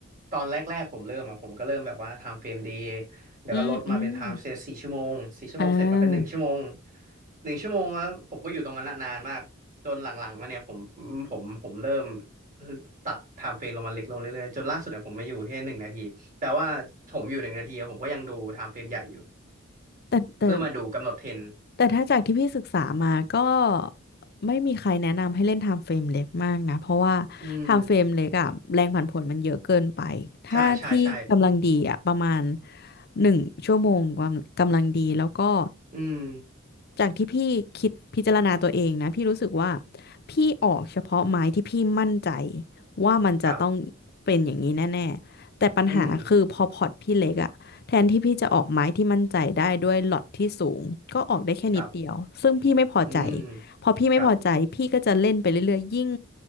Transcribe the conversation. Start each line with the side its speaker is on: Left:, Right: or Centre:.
Right: ตอนแรกๆผมเริ่มอะผมก็เริ่มแบบว่าทำเฟรมเดย์
Left: <laughs>
Right: แล้วก็ลดมาเป็นไทม์เซฟรสี่ชั่วโมงสี่ชั่วโมงเสร็จมาเป็นหนึ่งชั่วโมง
Left: อืมอืม อ่า
Right: หนึ่งชั่วโมงแล้วผมก็อยู่ตรงนั้นอะนานมากจนหลังๆมาเนี่ยผมผมผมเริ่มตัดไทม์เฟรมลงมาเล็กลงเรื่อยๆจนล่าสุดเนี่ยผมมาอยู่แค่หนึ่งนาทีแต่ว่าผมอยู่หนึ่งนาทีอะผมก็ยังดูไทม์เฟรมใหญ่อยู่
Left: แต่แต่
Right: เพื่อมาดูกำหนดเทรนด์
Left: แต่ถ้าจากที่พี่ศึกษามาก็ไม่มีใครแนะนำให้เล่นไทม์เฟรมเล็กมากนะเพราะว่าไทม์เฟรมเล็กอะแรงผันผวนมันเยอะเกินไปถ้าที่กำลังดีอะประมาณ
Right: อืมใช่ใช่ใช่
Left: หนึ่งชั่วโมงกำกำลังดีแล้วก็
Right: อืม
Left: จากที่พี่คิดพิจารณาตัวเองนะพี่รู้สึกว่าพี่ออกเฉพาะไม้ที่พี่มั่นใจว่ามันจะต้อง
Right: ครับ
Left: เป็นอย่างนี้แน่ๆแต่ปัญหาคือพอพอร์ตพี่เล็กอะ
Right: อืม
Left: แทนที่พี่จะออกไม้ที่มั่นใจได้ด้วยล็อตที่สูงก็ออกได้แค่นิดเดียวซึ่งพี่ไม่พอใจ
Right: ครับอืม
Left: พอพี่ไม่พอใจพี่ก็จะเล่นไปเรื่อยๆยิ่ง
Right: ครับ